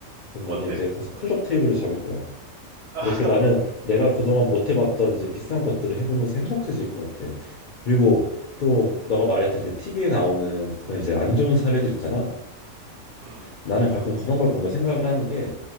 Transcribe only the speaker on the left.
그럼
나는 이제 가서 클럽 테이블을 잡을 거야.
이렇게 나는 내가 그동안 못 해봤던 이제 비싼 것들을 해보면서 행복해질 것 같아. 그리고 또 너가 말했듯이 제 TV에 나오는 그런 이제 안 좋은 사례들 있잖아.
나는 가끔 그런 걸 보면 생각을 하는 게